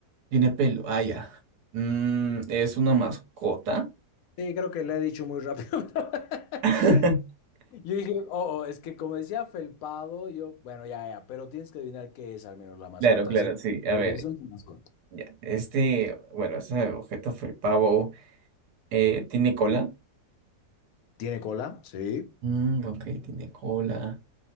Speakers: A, on the right; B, on the left.
A: Tiene pelo. Ah, ya. Mm, ¿es una mascota?
B: Sí, creo que le he dicho muy rápido. <laughs>
A: <laughs>
B: Yo dije, oh, oh, es que como decía afelpado, yo, bueno, ya, ya, pero tienes que adivinar qué es al menos la mascota,
A: Claro, claro,
B: ¿sí?
A: sí. A
B: Es
A: ver,
B: una mascota.
A: ya. Este, bueno, ese objeto fue el pavo. Eh, ¿tiene cola?
B: ¿Tiene cola? Sí.
A: Mm, ok, tiene cola.